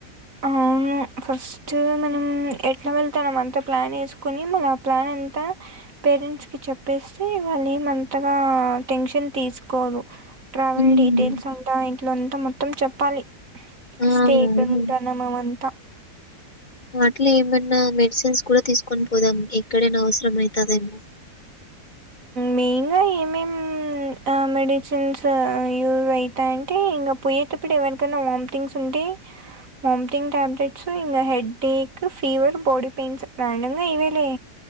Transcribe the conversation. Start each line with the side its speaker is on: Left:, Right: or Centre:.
Right: అవును ఫస్ట్ మనం ఎట్లా వెళ్తానం అంతా ప్లాన్ వేసుకుని మళ్న ఆ ప్లాన్ అ పేరెంట్ క చెప్పేస్తే వాళ్ళు ఏంతగా టెన్షన్ తీసుకోరు ట్రావెల్
Left: హ్మ్.
Right: డీటెయిల్స్ ఉంటా ఇంట్లో అంతా మొత్తం చెప్పాలి
Left: ఆ
Right: స్టే
Left: అవును
Right: టనమమంత
Left: ఇట్లా ఏమైన్నా మెడిసిన్స్ కూడా తీసుకొని పోదాం ఎక్కడైనా అవసరం అవుతుందేమో
Right: మెయిన్గా ఏమేం మెడిసిన్స్ యూస్ అవుతా అంటే ఇంకా పోయేటప్పుడు ఎవరికైనా వామ్థంగ్స్ ఉంటే అ మామ్టింగ్ ట్యాబ్లెట్స్ ఇ headache fever body pains రానుంగా ఇవేలే